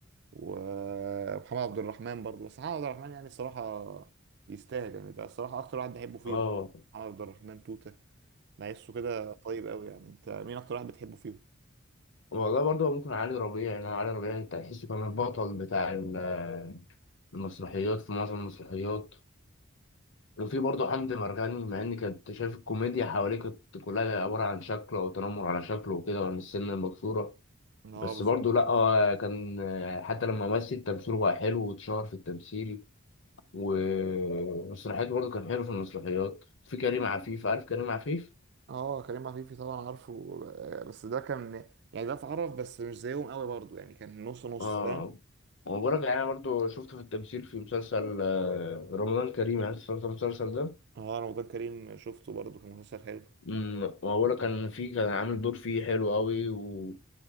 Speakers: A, on the right; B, on the left.
A: ومحمد عبد الرحمن برضه بس محمد عبد الرحمن يعني الصراحة يستاهل يعني ده الصراحة أكتر واحد بحبه فيهم
B: اه
A: محمد عبد الرحمن توتة بحسه كده طيب قوي يعني أنت مين أكتر واحد بتحبه فيهم؟
B: والله برضه ممكن علي ربيع يعني علي ربيع انت تحسه كان البطل بتاع ال- المسرحيات في معظم المسرحيات وفي برضه حمدي مرغني مع ان كنت شايف الكوميديا حواليه كانت كلها عبارة عن شكله او تنمر على شكله وكده وعن السن المكسورة
A: اه
B: بس
A: بالظبط
B: برضه لا هو كان آه، حتى لما مثل تمثيله بقى حلو واتشهر في التمثيل ومسرحياته برضه كان حلو في المسرحيات في كريم عفيف عارف كريم عفيف؟
A: اه كريم عفيفي طبعا عارفه آه، بس ده كان يعني ده اتعرف بس مش زيهم قوي برضه يعني كان نص نص
B: اه
A: فاهم
B: وبقولك انا برضو شفته في التمثيل في مسلسل آه، رمضان كريم عارف شفت المسلسل ده
A: اه رمضان كريم شفته برضه كان مسلسل حلو
B: امم وبقولك كان فيه كان عامل دور فيه حلو قوي و...